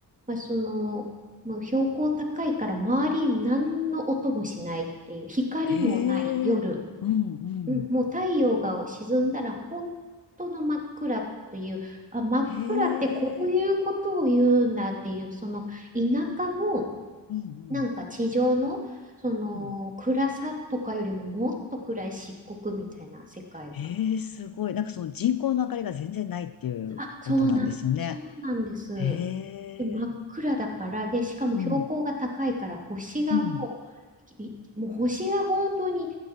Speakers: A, on the right; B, on the left.
A: まあ、その、もう標高高いから周りに何の音もしないっていう、光もない夜
B: へえ、うん、うん。
A: うん、もう太陽が沈んだら本当の真っ暗という、あ、真っ暗ってこういうことを言うんだっていう、
B: へえ、
A: その田舎の
B: うん、うん。
A: なんか地上のその暗さとかよりももっと暗い漆黒みたいな世界が。
B: うんええ、すごい。なんかその人工の明かりが全然ないっていうことなんですよね。
A: あ、そうなん、そうなんです。
B: へ
A: で、真っ暗だから、
B: え、
A: で、しかも標高が高いから、
B: うん、
A: 星がもう、
B: うん、
A: きもう星が本当に、